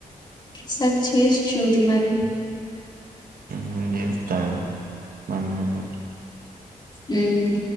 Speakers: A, on the left; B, on the right.
A: సరి చేసి చూడు మరి
B: నేన్ చేస్తా ఆగు వన్ మినిట్
A: ఉం